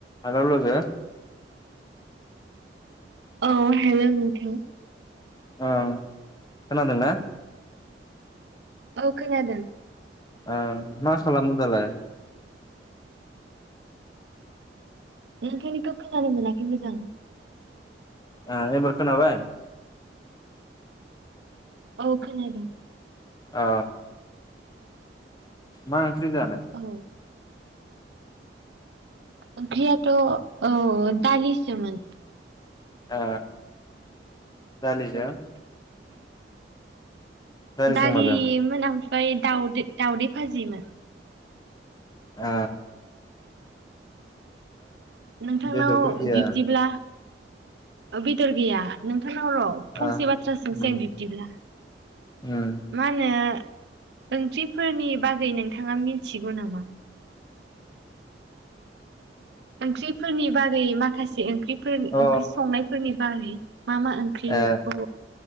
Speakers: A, on the left (about 25°); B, on the right (about 75°).
A: Hello लोगो
B: अ हेल' नथां
A: ओं खोनादोंना
B: औखोनादों
A: ओम मा खालामदों दालाय
B: नोंथांनिखौ खोनानो मोनाखै मोजां
A: आ एबारखोनाबाय
B: औ खोनादों
A: ओ मा ख्रै जानाय
B: औ ओंख्रियाथ' औ दालि सोमोन
A: ए दालिजों दालिजों
B: दालि
A: माजों ओ
B: मोन ओं ओमफ्राय दाावदै दाावदै फाजिमोन
A: ए
B: नोंथांनाव
A: बेदरफोर गैया
B: बिब्दिब्ला बेदर गैया नों नोंथांनाव र' फंसे
A: ओ
B: बाथ्रासिमसै
A: उम
B: आं बिब्दिब्ला
A: उम
B: मा होनो ओंख्रिफोरनि बागै नोंथाङा मिथिगौ नामा ओंख्रिफोरनि बारै माखासे ओंख्रिफोर
A: अ
B: ओंख्रि संनायफोरनि बारै मा मा ओंख्रिखौ
A: ए